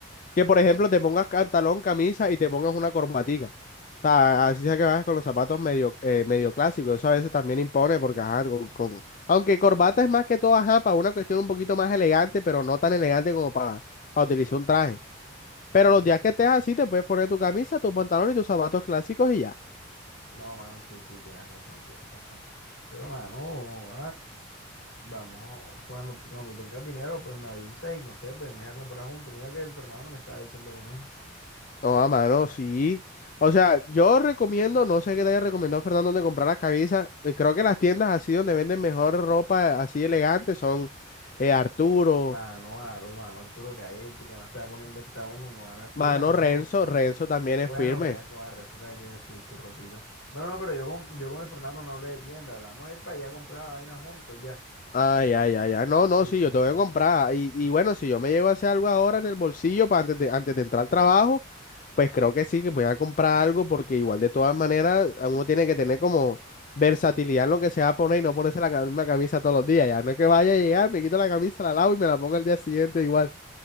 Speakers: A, on the left (about 40°); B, on the left (about 70°).
A: Que por ejemplo te pongas pantalón, camisa y te pongas una corbatica. O sea, así sea que vayas con los zapatos medio, eh, medio clásicos. Eso a veces también impone porque, ajá, con, con- Aunque corbata es más que todo, ajá, para una cuestión un poquito más elegante, pero no tan elegante como para, para utilizar un traje. Pero
B: Sí,
A: los días
B: sí.
A: que estés así, te puedes poner tu camisa, tu pantalón y tus zapatos clásicos y ya.
B: No, mano, sí, sí, tienes razón, tienes razón. Pero, mano, Vamos, bueno, tú cuando tengas dinero, pues me avisas y no sé, podemos ir a comprar juntos. Mira que el Fernando me estaba diciendo lo mismo.
A: No, a mano, sí. O sea, yo recomiendo, no sé qué te haya recomendado Fernando de comprar las camisas. eh, Creo que las tiendas así donde venden mejor ropa así elegante son eh, Arturo
B: Mano, Aro, mano, Arturo, que hay, este que más se va a poner a inventar uno, uno a la fija,
A: Mano,
B: mano.
A: Renzo, Renzo también
B: Bueno,
A: es firme.
B: Renzo, ah, Renzo también tiene su, su ropita. No, no, pero yo con, yo con el Fernando no hablé de tienda, hablamos de ir para allá a comprar la vaina juntos, ya.
A: Ay, ay, ay, ay. No, no,
B: Sí,
A: sí,
B: sí,
A: yo tengo
B: sí.
A: que comprar. Y, y bueno, si yo me llego a hacer algo ahora en el bolsillo para antes de, antes de entrar al trabajo, pues creo que sí, que voy a comprar algo porque igual de todas maneras a uno tiene que tener como versatilidad en lo que se va a poner y no ponerse la ca- misma camisa todos los días. Ya no es que vaya a llegar, me quito la camisa, la lavo y me la pongo el día siguiente igual,